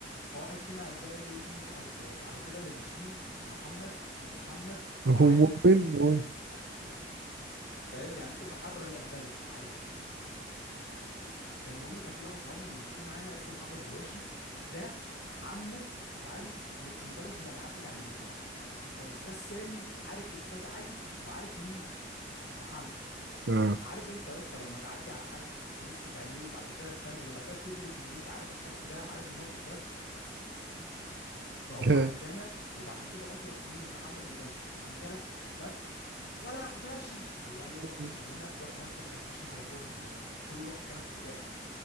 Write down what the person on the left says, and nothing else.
فواحد فينا قام جاي قال له ايه دين مسيحي يا استاذ على كده اللي ماشيين محمد ومحمد وعلي
ومؤمن
فاهم يعني ممكن نحرر الاندلس عادي المهم كان في واحد صاحبنا من اللي ماشيين معانا اسمه محمد غباشي ده عمه استاذ علي يبقى مدرس الالعاب بتاع المدرسه فاستاذ سامي عارف استاذ علي وعارف مين محمد
عارف انت يا اسطى لما تعدي على حد تبص في عينيه وبعد كده تكمل وبعد كده تدرك ان انت عارف الشخص ده عارف الموقف ده فهو عدانا
وبعد كده ادرك مين محمد غباشي قام جه لف لف ولا غباشي هو قال ولا
غباشي من هنا واحنا يا اسطى اتفركشنا شبه كور البلياردو كل واحد جرى في اتجاه